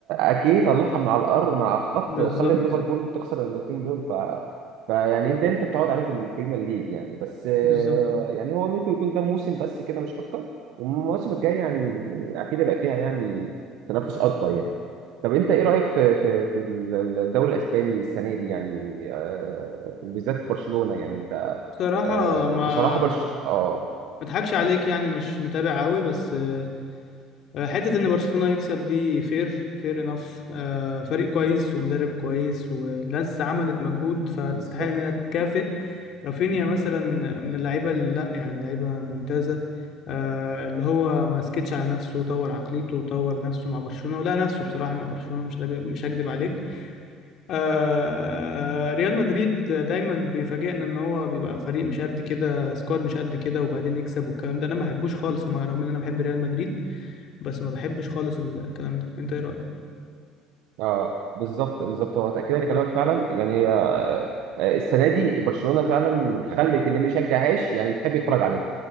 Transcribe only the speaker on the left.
بالظبط
بالظبط
بصراحة
ما ما
اضحكش عليك يعني مش متابع قوي بس آه، حتة ان برشلونة يكسب دي فير فير انف فريق كويس ومدرب كويس والناس عملت مجهود فتستحق
انها تكافئ رافينيا مثلا من اللعيبة اللي لا يعني لعيبة ممتازة آه، اللي هو ما سكتش على نفسه وطور عقليته وطور نفسه مع برشلونة ولا نفسه بصراحة مع برشلونة مش هكذب- مش هكدب عليك آه، ريال مدريد دايما بيفاجئنا ان هو بيبقى فريق مش قد كده سكواد مش قد كده وبعدين يكسب والكلام ده انا ما بحبوش خالص مع رغم ان انا بحب ريال مدريد بس ما بحبش خالص الكلام ده انت ايه رأيك